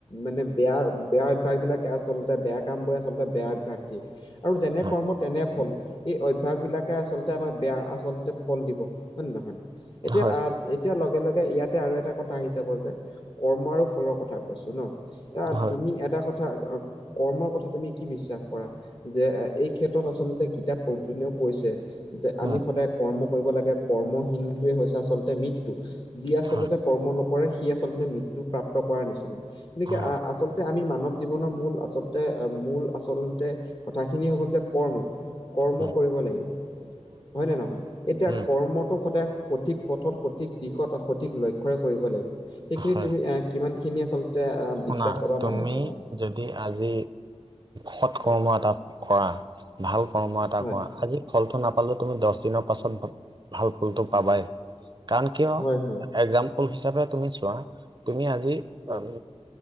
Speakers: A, on the left; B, on the right.
A: মানে বেয়া বেয়া অভ্যাস বিলাক আচলতে বেয়া কাম বোৰে আচলতে বেয়া অভ্যাস দিয়ে। আৰু যেনে
B: হয়
A: কৰ্ম তেনে ফল, এই অ- অভাৱবিলাকে আচলতে আমাক বেয়া আচলতে ফল দিব হয় নে নহয়? এতিয়া
B: হয়
A: আ- এতিয়া লগে লগে ইয়াতে আৰু এটা কথা আহি যাব যে কৰ্ম আৰু ফলৰ কথা কৈছো ন। আ এটা
B: হয়
A: তুমি এটা কথা কৰ্মৰ কথা তুমি কি বিশ্বাস কৰা? যে এই ক্ষেত্ৰত আচলতে গীতাত অৰ্জুনেও কৈছে যে আমি
B: উম
A: সদায় কৰ্ম কৰিব লাগে, কৰ্মহীনতোয়ে হৈছে আচলতে মৃত্যু। যি আচলতে
B: হয়
A: কৰ্ম নকৰে সি আচলতে মৃত্যু প্ৰাপ্ত কৰাৰ নিচিনা। গতিকে
B: হয়
A: আ আচলতে আমি মানৱ জীৱনৰ মূল আচলতে মূল আচলতে কথাখিনি হল যে কৰ্ম, কৰ্ম
B: উম
A: কৰিব লাগিব হয় নে নহয়? এতিয়া
B: উম
A: কৰ্মটো সদায় সঠিক পথত, সঠিক দিশত, সঠিক লক্ষ্যৰে কৰিব লাগিব সেইখিনি
B: হয়
A: তুমি আহ কিমান খিনি আচলতে আ-
B: শুনা
A: বিশ্বাস পাবা
B: তুমি
A: মানি চলা?
B: যদি আজি সৎ
A: হয়।
B: কৰ্ম এটা কৰা। ভাল কৰ্ম এটা
A: হয়
B: কৰা, আজি ফলটো নাপালেও তুমি দছ দিনৰ পাছত ভাল ফলটো পাবাই। কাৰণ কিয়
A: হয় হয়
B: একজাম্পল হিচাপে তুমি চোৱা, তুমি আজি
A: হয়
B: আম-